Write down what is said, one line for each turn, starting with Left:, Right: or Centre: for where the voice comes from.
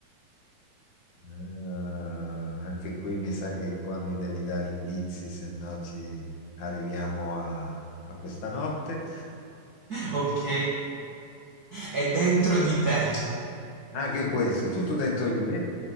Left: Eh, anche qui mi sa che qua mi devi dare indizi, se no ci arriviamo a, a questa notte.
Right: Ok? È dentro di te.
Left: Anche questo, è tutto dentro di me.